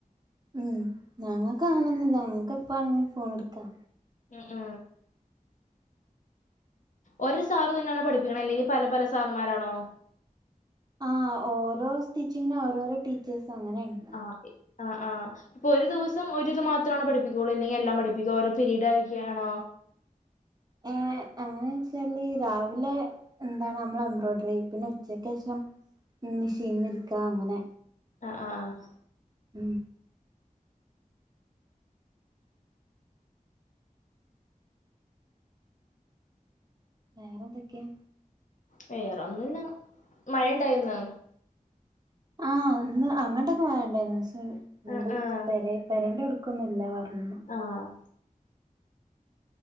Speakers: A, on the right; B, on the left.
A: ഉം ഞങ്ങക്ക് അങ്ങനൊന്നുല്ല ഞങ്ങക്ക് എപ്പാണെങ്കിലും ഫോൺ എടുക്കാം
B: ഉം ഹ് ഒരു സാർ തന്നെണോ പഠിപ്പിക്കണെ അല്ലെങ്കിൽ പല പല സാറുമാരാണോ
A: ആഹ് ഓരോ സ്റ്റിച്ചിങ്ങിന് ഓരോരോ ടീച്ചേഴ്സും അങ്ങനെണ്ട്
B: ആഹ് ആഹ് പ്പൊ ഒരു ദിവസം ഒരിത് മാത്രാണോ പഠിപ്പിക്കുള്ളൂ അല്ലെങ്കിൽ എല്ലാം പഠിപ്പിക്കോ ഓരോ പിരീഡ് ആയിട്ടാണോ
A: ഏഹ് അങ്ങനെ വെച്ചാല് രാവിലെ എന്താണ് നമ്മള എംബ്രോയ്ഡറി പിന്നെ ഉച്ചക്കേഷം മെഷീനിന്ന് ഇരിക്കാ അങ്ങനെ
B: ആഹ് ആഹ്
A: ഉം വേറെന്തൊക്കെയാ
B: വേറെ ഒന്നുല്ല മഴണ്ടായിന്നോ
A: ആഹ് ഇന്ന് അങ്ങട്ടൊക്കെ മഴണ്ടായിനി പക്ഷേ ഇങ്ങട്ട്
B: ആഹ് ആഹ്
A: പെരൻ്റെ ട്ക്ക് ക്കൊന്നുല്ലാ പറഞ്ഞു
B: ആഹ്